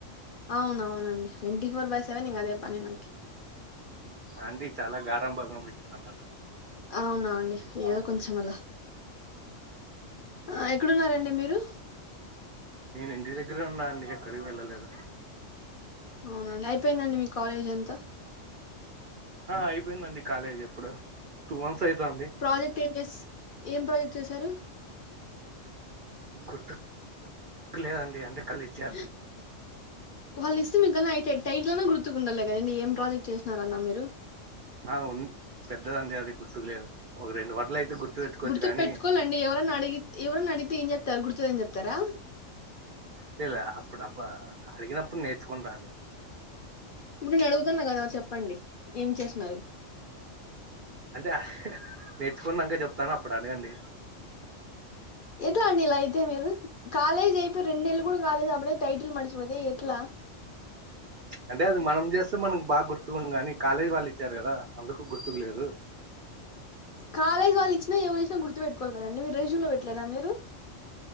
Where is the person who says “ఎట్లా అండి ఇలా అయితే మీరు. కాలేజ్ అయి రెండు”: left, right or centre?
Left